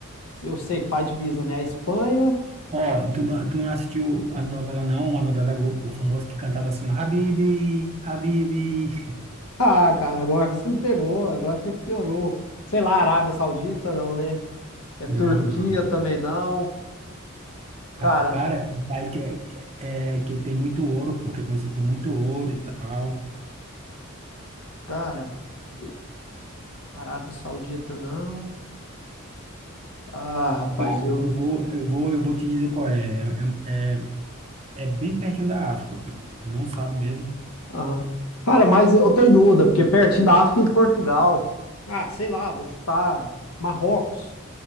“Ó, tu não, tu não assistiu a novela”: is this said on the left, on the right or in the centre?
Right